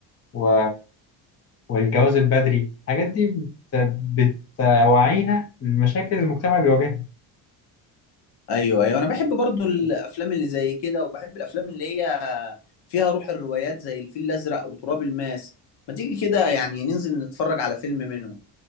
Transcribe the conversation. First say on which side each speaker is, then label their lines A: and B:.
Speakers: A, on the left (about 35°); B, on the left (about 60°).
A: و... والجواز البدري الحاجات دي بت... بتوعينا المشاكل المجتمع بيواجهها
B: ايوه ايوه انا بحب برضو الافلام اللي زي كده وبحب الافلام اللي هي فيها روح الروايات زي الفيل الازرق وتراب الماس ما تيجي كده يعني ننزل نتفرج على فيلم منهم